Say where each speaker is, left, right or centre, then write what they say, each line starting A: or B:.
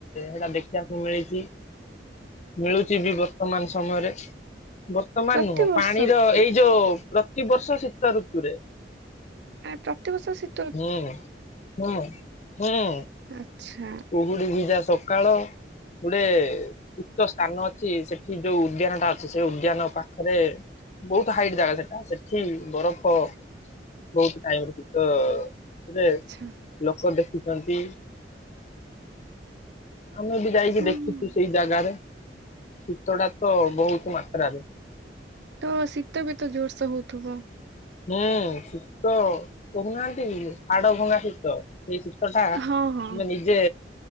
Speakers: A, on the left; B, on the right.
A: ହେଟା ଦେଖିବାକୁ ମିଳିଚି। ମିଳୁଚି ବି ବର୍ତ୍ତମାନ ସମୟରେ। ବର୍ତ୍ତମାନ
B: ପ୍ରତିବର୍ଷ
A: ନୁହଁ, ପାଣିର ଏଇ ଯୋଉ ପ୍ରତିବର୍ଷ ଶୀତ ଋତୁରେ।
B: ନାଇଁ ପ୍ରତିବର୍ଷ ଶୀ
A: ହୁଁ ହୁଁ ହୁଁ।
B: ଆଛା।
A: କୁହୁଡି଼ ଭିଜା ସକାଳ। ଗୁଟେ ଉକ୍ତ ସ୍ଥାନ ଅଛି, ସେଠି ଯୋଉ ଉଦ୍ୟାନ ଟା ଅଛି, ସେଇ ଉ ଦ୍ୟାନ ପାଖରେ ବହୁତ ହାଇଟ୍ ଜାଗା ସେଟା, ସେଠି ବରଫ ବହୁତ ଟାଇମରେ ଶୀତ ସେଥରେ
B: ଆଚ୍ଛା
A: ଲୋକ ଦେଖିଚନ୍ତି। ଆମେ ବି ଯାଇକି
B: ହଁ
A: ଦେଖିଚୁ
B: ହଁ
A: ସେଇ ଜାଗାରେ, ଶୀତ ଟା ତ ବହୁତ ମାତ୍ରାରେ
B: ତ, ଶୀତ ବି ତ ଜୋରସେ ହଉଥିବ।
A: ହୁଁ, ଶୀତ କହୁନାହାନ୍ତି, ହାଡ଼ ଭଙ୍ଗା ଶୀତ। ସେଇ ଶୀତ ଟା,
B: ହଁ ହଁ
A: ଆମେ ନିଜେ